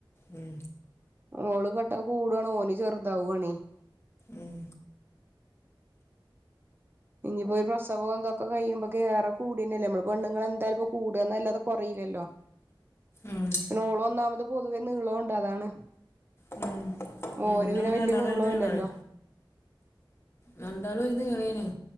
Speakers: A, on the left; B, on the right.
A: ഉം
B: ഓള് പെട്ടം കൂടണ ഓന് ചെറുതാവുവാണ
A: ഉം
B: ഇനിയിപ്പോൊ ഒരു പ്രസവം എന്തൊക്കെ ഇഞ്ഞിപ്പോ പ്രസവ ഇതൊക്കെ കഴിയുമ്പോ കേറെ കൂടന്നല്ലേ നമ്മള് പെണ്ണങ്ങൾ എന്താലും ഇ കൂടുകന്നല്ലാതെ കൊറ യില്ലല്ലോ
A: ഉം
B: പിന്നെനോളം ഒന്നാമത് പൊതുവെ നീളം ഉണ്ട് അതാണ്
A: ഉം മൂന്ന്
B: ഓന് പിന്നെ വല്യ
A: രണ്ടാളും
B: നീളല്ലല്ലോ
A: ഒരു നീളാണ് രണ്ടാളും ഒരുനീളേണന